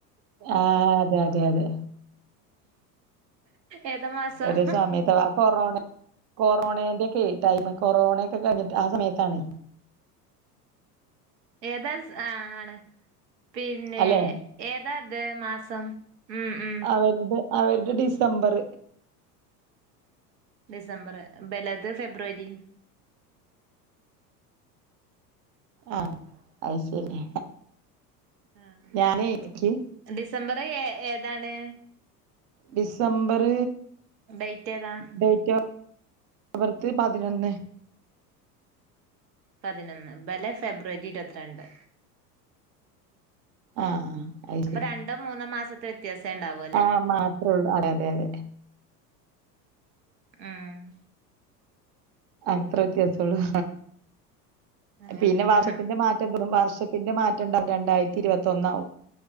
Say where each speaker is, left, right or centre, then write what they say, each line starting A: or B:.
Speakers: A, on the right; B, on the right.
A: ആഹ് അതെ അതെ അതെ
B: ഏതാ മാസം
A: ഒരു സമയത്ത് കൊറോണ കൊറോണന്റെൊക്കെ ടൈം കൊറോണയൊക്കെ കഴിഞ്ഞിട്ട് ആ സമയത്താണ്
B: ഏതാ ആഹ് ആണ് പിന്നെ
A: അല്ലെ
B: ഏതാത് മാസം ഉം ഉം
A: അവരുടെ അവരുടെ ഡിസംബർ
B: ഡിസംബർ ഇബലത് ഫെബ്രുവരി
A: ആഹ് അയ് ശരി
B: ആഹ്
A: ഞാനേ എനിക്ക്
B: ഡിസംബർ ഏ ഏതാണ്
A: ഡിസംബർ
B: ഡേറ്റ് ഏതാ
A: ഡേറ്റ് ഓഫ് പർത്ത് പതിനൊന്ന്
B: പതിനൊന്ന് ഇബലെ ഫെബ്രുവരി ഇരുപത്തിരണ്ട്
A: ആഹ് അത്
B: അപ്പൊ
A: ശരി
B: രണ്ടോ മൂന്നോ മാസത്തെ വ്യത്യാസം ഉണ്ടാവ
A: ആഹ് മാത്രമേ ഉള്ളൂ അതെ അതെ അതെ
B: ആഹ്
A: അത്ര വ്യത്യാസം ഒള്ളൂ
B: അങ്ങനെയാണ്
A: പിന്നെ മാസത്തിന്റെ മാറ്റം വർഷത്തിന്റെ മാറ്റം ഉണ്ടാവും രണ്ടായിരത്തി ഇരുപത്തൊന്നാവും